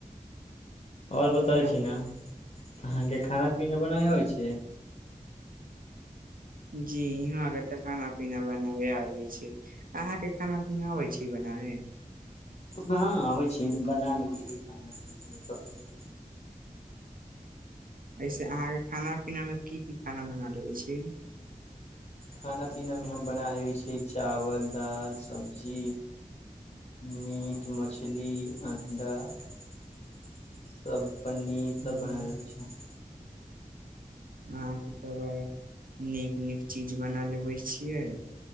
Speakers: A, on the left; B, on the right.
A: आओर बतब
B: हँ
A: छी ने अहाँके खान पीना बनाय आबई छै
B: जी यहाँ के ते खाना पीना बनाबे आबैत छै अहा के खाना पीना अबै छै बना नहि
A: हँ आबै छी बना लेै छी खाना पीना सब
B: <unintelligible> से अहाँके खाना पीना मे की की खाना बनालेबै छी
A: खाना पीनामे हम बना लेबै छियै चावल दाल सब्जी मीट मछली अंडा सब पनीर
B: अहाँके
A: सब बना लेबे छियै
B: अहाँके तऽ ब नीक नीक चीज बना लेबै छियै